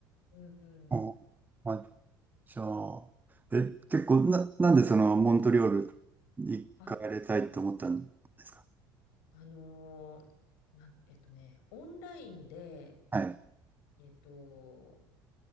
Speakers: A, on the left; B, on the right.
A: うん。
B: おんまあ、じゃあ、え、結構、な、なんでその、モントリオール行かれたいと思ったんですか
A: あ、あのーなん、えっとね、オンラインで、
B: はい。
A: えっと、